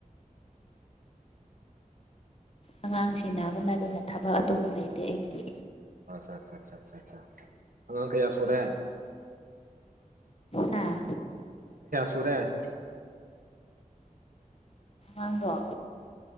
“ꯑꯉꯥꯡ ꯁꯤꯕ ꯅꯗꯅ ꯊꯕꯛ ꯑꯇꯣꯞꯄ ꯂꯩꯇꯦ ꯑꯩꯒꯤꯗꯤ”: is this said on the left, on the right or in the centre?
Left